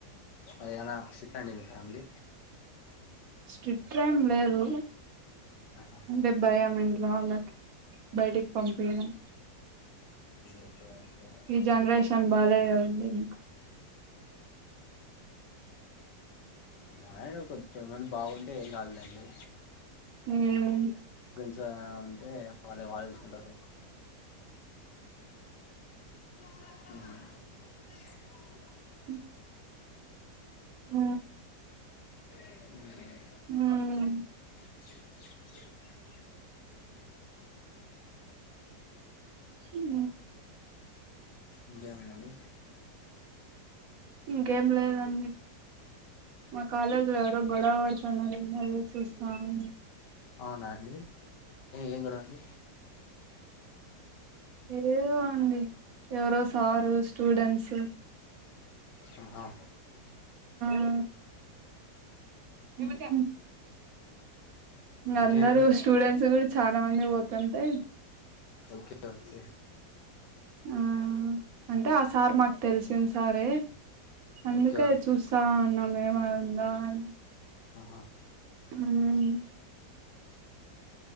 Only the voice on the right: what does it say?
స్ట్రిట్ ఏం లేదు
అంటే భయం ఇంట్లో వాళ్ళకి బయటకి పంపియడం
ఈ జనరేషన్ బాలేదు కదండి ఇంకా
హ్ము
అ హ
ఉమ్
హ
ఇంకేం లేదండి మా కాలేజీలో ఎవరో గొడవ పడుతున్నారు అదే చూస్తా ఉన్న
ఏవో అండి ఎవరో సారు స్టూడెంట్స్
ఆ ఉంహు గ
అందరూ స్టూడెంట్స్ కూడా చాల మంది పోతుంటె
ఆ అంటే ఆ సార్ మాకు తెలిసిన సారే అందుకే
చూస్తా ఉన్నాం ఏమయింద అని
ఉమ్